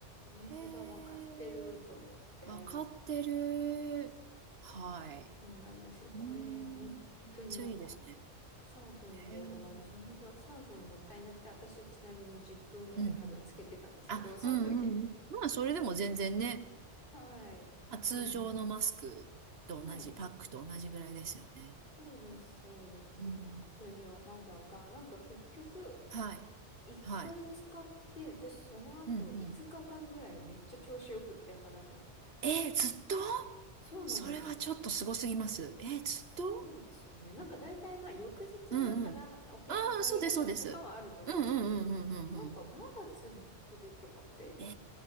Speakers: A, on the left; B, on the right.
A: ニーズが分かってると思って、
B: へえ、わかってる。はい。
A: そうなんですよ。これ、
B: うーん、
A: 本当になんか、
B: めっちゃいいですね。
A: 3分で終わるし、
B: へえ。うん
A: 本当3分もったいなくて、私はちなみに10分ぐらい多分つけてたんですけど、
B: うん。あ、
A: その時。
B: うんうんうん。まあ、それでも全然ね、
A: <laughs> はい。
B: あ、通常のマスクと同じ、
A: でも、はい。
B: パックと同じぐらいですよね。
A: そうです、そうです。本当にお肌が、
B: うん。
A: なんか結局、
B: はい。
A: 1回使って、
B: はい。
A: 私その後5日間ぐらいめっちゃ調子よくって、
B: うんうん。
A: 肌の。
B: えー、ずっと
A: そうなんですよ。
B: それはちょっとすごすぎます。
A: え、
B: えー、
A: すごいですよね。
B: ずっと
A: なんか大体まあ翌日肌、
B: うんうん。
A: お化粧のりがいいとかはあると思うんです。
B: ああ、そうです、そうです。うんうんうんうんうん
A: え、なんかまだ続けると思って。
B: え